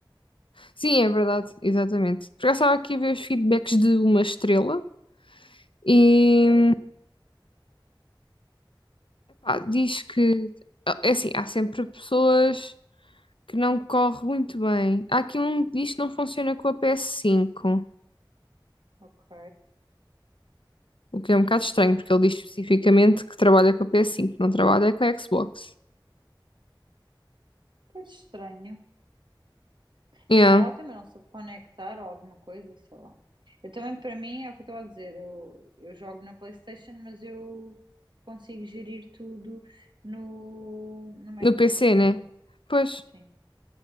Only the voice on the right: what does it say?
Ok,
ok.
Pois estranho.
Se calhar ela também não soube conectar ou alguma coisa, sei lá. Eu também, para mim, é o que eu estou a dizer. Eu, eu jogo na PlayStation, mas eu consigo gerir tudo no, no MacBook.
Pronto,
Sim.